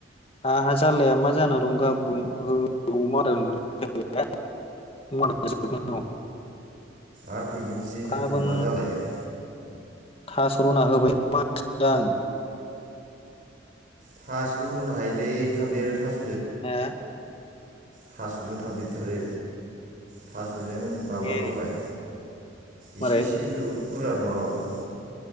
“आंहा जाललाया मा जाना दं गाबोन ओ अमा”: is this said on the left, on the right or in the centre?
Left